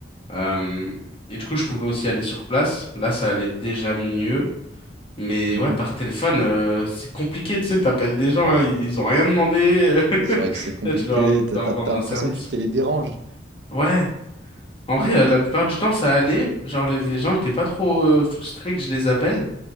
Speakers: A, on the left (about 30°); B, on the right (about 70°).
A: Euh, et du coup, je pouvais aussi aller sur place. Là, ça allait déjà mieux. Mais
B: Mhm.
A: ouais, par téléphone, euh, c'est compliqué, tu sais, t'appelles des gens,
B: Ouais,
A: hein, ils ont rien demandé. <laughs>
B: c'est vrai que c'est compliqué.
A: Là, tu dois leur,
B: T'as,
A: leur
B: t'as-
A: vendre
B: t'as l'impression
A: un service.
B: que tu te les déranges.
A: Ouais. En vrai,
B: Mm.
A: euh, la plupart du temps, ça allait. Genre, les, les gens étaient pas trop euh, frustrés que je les appelle.